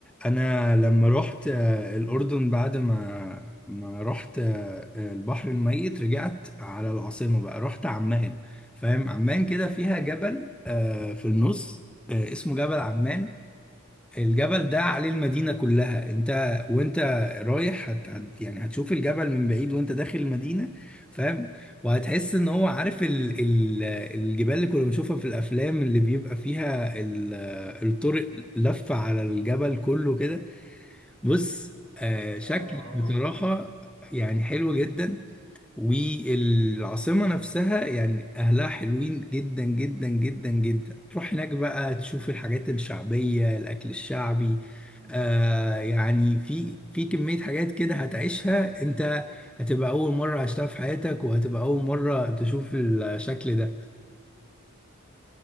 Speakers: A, in the centre; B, on the right.
A: انا لما رحت آه، الاردن بعد ما ما رحت آه، آه، البحر الميت رجعت على العاصمه بقى رحت عمان فاهم عمان كده فيها جبل آه، في النص آه، اسمه جبل عمان الجبل ده عليه المدينة كلها انت وانت رايح هت هت يعني هتشوف الجبل من بعيد وانت داخل المدينة فاهم وهتحس ان هو عارف ال ال الجبال اللي كنا بنشوفها في الافلام اللي بيبقى فيها ال الطرق لفة على الجبل كله كده بص آه شكل
B: اه اه
A: بصراحة يعني حلو جدا والعاصمة نفسها يعني أهلها حلوين جدا جدا جدا جدا تروح هناك بقى تشوف الحاجات الشعبية الأكل الشعبي
B: مم.
A: آه يعني في في كمية حاجات كده هتعيشها أنت هتبقى أول مرة عشتها في حياتك وهتبقى أول مرة تشوف الشكل ده